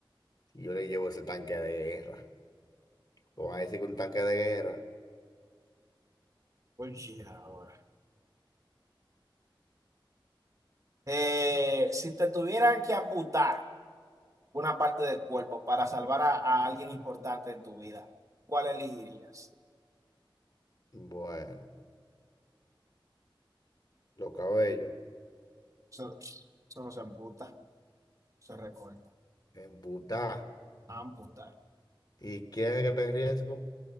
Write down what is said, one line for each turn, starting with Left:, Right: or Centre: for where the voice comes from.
Left: Y Yo le llevo ese tanque de guerra. Como a decir que un tanque de guerra.
Right: Oye, ahora. Eh, si te tuvieran que amputar una parte del cuerpo para salvar a, a alguien importante en tu vida, ¿cuál elegirías?
Left: Bueno, los cabellos.
Right: Eso, eso no se amputa, se recorta.
Left: Embutada.
Right: Amputar.
Left: ¿Y quién es el que está en riesgo?